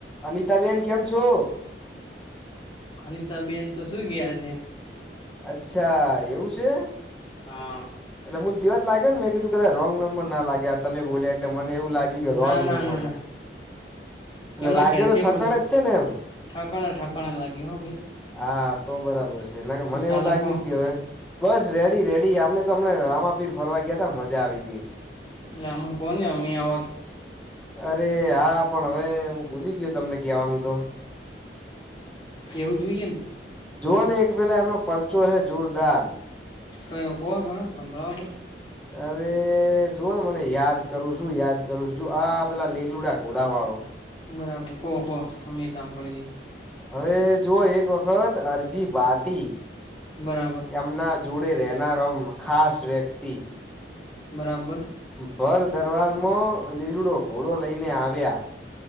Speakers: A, in the centre; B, on the left.
A: અનિતાબેન કેમ છો.
B: અનિતાબેન તો સુઈ ગયા છે.
A: અચ્છા એવું છે.
B: હા.
A: એટલે મુંલવા જ લાગે નેં કીધું કા રંગમં ના લાગ્યા આ તમે બોલ્યા એટલે મને એવું લાગ્યું કે રોંગ
B: ના ના
A: ન મળ
B: ના ના
A: એટલે
B: એમના
A: લાગ્યો
B: ક્યારથી
A: તો ઠકણ
B: બોલો
A: જ છે ને એમ
B: ઠકાણે ઠકાણે લાગ્યું હો ભાઈ
A: હા. તો બરાબર છે ના કે
B: શું
A: મને
B: ચાલે
A: એવું લાગ્યું
B: કો
A: કે હવે બસ રેડી રેડી અમે તોમને આ ર ફરવા ગયા ત મજા આવી ગઈ.
B: લમન કોણ ની આવાત
A: અરે હા પણ હવે હું ભૂલી ગયો તમને કહેવાનું તો.
B: એવું જોઈએ ને
A: જોઓ ને એક પેલા એમનો પરચો હે જોરદાર.
B: કયો કોલ હણા સંભળાવા નુ
A: અરે જુઓ ને મને યાદ કરું છું યાદ કરું છું જો આ પેલા લીલુડા ધોડા વાળો.
B: બરાબર કો કો અ્મે સાંભળીએે
A: હવે જો એક વખત અરજી ભાટી
B: બરાબર
A: એમના જોડે બે રહેનારમ ખાસ વ્યક્તિ.
B: બરાબર
A: ભર દરવાર માં લીલુડો ઘોડો લઈને આવ્યા